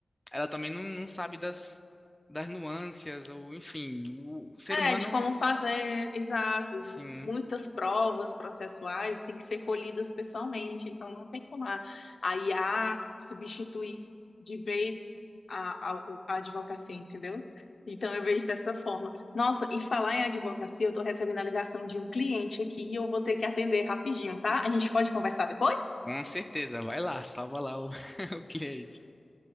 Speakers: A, in the centre; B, on the left (about 60°).
A: ela também não, não sabe das, das nuances, ou enfim, o ser
B: É,
A: humano,
B: de como fazer, exato.
A: sim.
B: Muitas provas processuais têm que ser colhidas pessoalmente, então não tem como a a IA substituir de vez a, a, a advocacia, entendeu? Então eu vejo dessa forma. Nossa, e falar em advocacia, eu estou recebendo a ligação de um cliente aqui e eu vou ter que atender rapidinho, tá? A gente pode conversar depois?
A: Com certeza, vai lá, salva lá o, <laughs> o cliente.